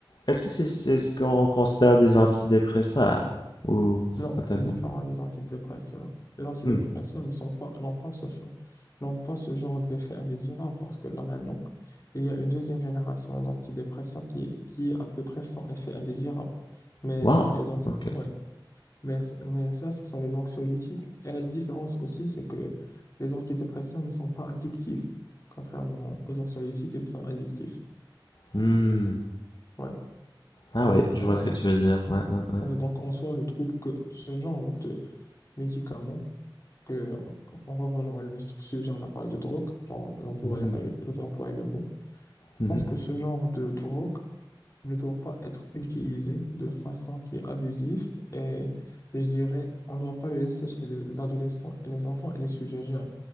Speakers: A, on the left; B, on the left.
A: est-ce que c'est c'est ce qu'on considère des antidépresseurs? Ou
B: Non,
A: pas tellement?
B: c'est différent des antidépresseurs. Les antidépresseurs
A: Hmm.
B: ne sont pas, n'ont pas ce, f- n'ont pas ce genre d'effet indésirable parce que là maintenant, il y a une deuxième génération d'antidépresseurs qui est, qui est à peu près sans effet indésirable. Mais
A: Wow.
B: ça, les... anti-
A: OK.
B: Ouais. Mais, c- mais ça, ce sont les anxiolytiques. Et la différence aussi, c'est que les antidépresseurs ne sont pas addictifs, contrairement aux anxiolytiques qui sont addictifs.
A: Hmm.
B: Ouais.
A: Ah
B: Donc,
A: oui, je
B: euh,
A: vois ce que tu veux dire. Ouais, ouais, ouais.
B: ouais, donc en soi, je trouve que ce genre de médicaments, que, en revenant à notre sujet, on a parlé de drogue, genre, l'employeur
A: Mhm,
B: et le, je vais employer le mot. Je
A: mhm,
B: pense que ce genre de drogue ne doit pas être utilisé de façon qui est abusive et je dirais, on ne doit pas le laisser chez les adolescents et les enfants et les sujets jeunes.